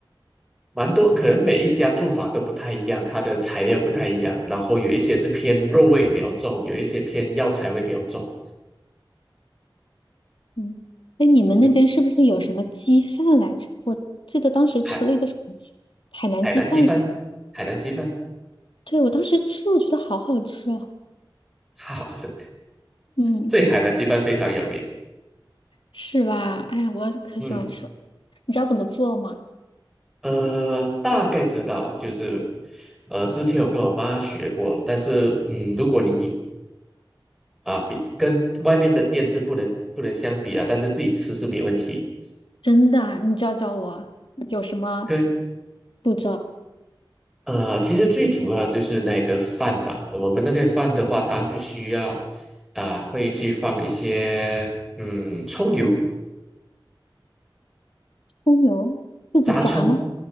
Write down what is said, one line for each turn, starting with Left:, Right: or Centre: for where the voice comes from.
Centre: 蛮多，可能每一家做法都不太一样，它的材料不太一样，然后有一些是偏肉味比较重，有一些偏药材味比较重，
Left: 嗯，哎，你们那边是不是有什么鸡饭来着？
Centre: 嗯，
Left: 我记得当时吃了一个什么
Centre: 海
Left: 海南鸡饭什么，
Centre: 海南鸡饭，
Left: 是？
Centre: 海南鸡饭，
Left: 对，我当时吃了，我觉得好好吃哦。
Centre: <laughs> 好吃，
Left: 嗯，
Centre: 这海南鸡饭非常有名。
Left: 是吧？哎呀，我可喜欢吃了。
Centre: 嗯，
Left: 你知道怎么做吗？
Centre: 呃，大概知道，就是，呃，之前有跟我妈学过，但是，嗯，如果你啊、比跟外面的店是不能不能相比啊，但是自己吃是没问题。
Left: 真的啊你教教我啊有什么
Centre: 跟
Left: 步骤？
Centre: 呃，其实最主要就是那个饭吧，我们那个饭的话，它是需要啊、会去放一些嗯葱油，
Left: 葱油自己炸吗？
Centre: 炸葱，